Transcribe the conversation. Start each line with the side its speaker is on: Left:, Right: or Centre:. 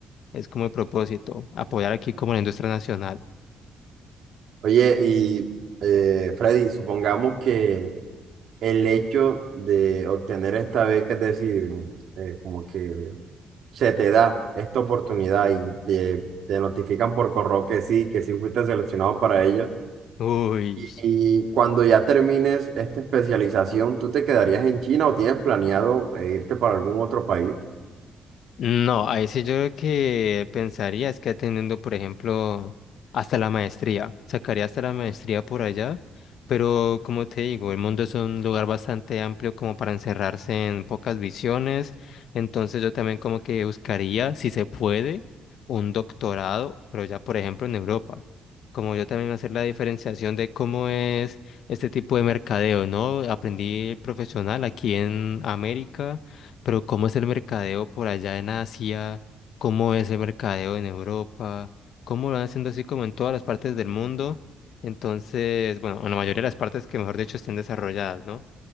Left: Es como el propósito, apoyar aquí como la industria nacional.
Right: Oye, y eh, Freddy, supongamos que el hecho de obtener esta beca, es decir, eh, como que se te da esta oportunidad y te, te notifican por correo que sí, que sí fuiste seleccionado para ella.
Left: Uy.
Right: Y, y cuando ya termines esta especialización, ¿tú te quedarías en China o tienes planeado eh, irte para algún otro país?
Left: No, ahí sí yo lo que pensaría es que atendiendo, por ejemplo, hasta la maestría, sacaría hasta la maestría por allá, pero como te digo, el mundo es un lugar bastante amplio como para encerrarse en pocas visiones, entonces yo también como que buscaría, si se puede, un doctorado, pero ya por ejemplo en Europa. Como yo también hacer la diferenciación de cómo es este tipo de mercadeo, ¿no? Aprendí profesional aquí en América pero ¿cómo es el mercadeo por allá en Asia? ¿Cómo es el mercadeo en Europa? ¿Cómo lo van haciendo así como en todas las partes del mundo? Entonces, bueno, en la mayoría de las partes que mejor dicho estén desarrolladas, ¿no?